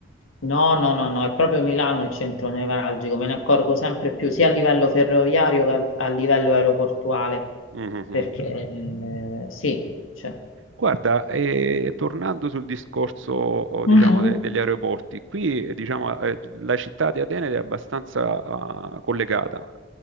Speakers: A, on the left; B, on the right.
A: No, no, no, no, è proprio Milano il centro nevralgico, me ne accorgo sempre più sia a livello ferroviario che a, a livello aeroportuale,
B: Mhm.
A: perché eh, sì, cioè,
B: Guarda, eh, tornando sul discorso, oh, diciamo,
A: mhm.
B: de- degli aeroporti, qui, eh, diciamo, eh, la città di Atene è abbastanza, ah, collegata.